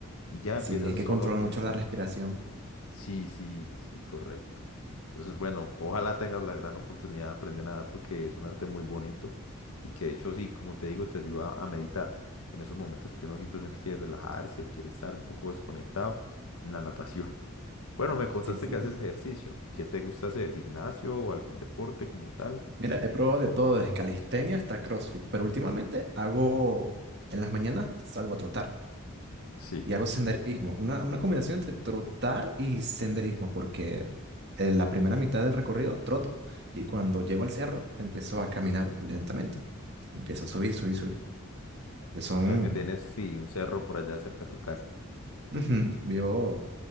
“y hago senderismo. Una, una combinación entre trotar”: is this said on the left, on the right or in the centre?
Right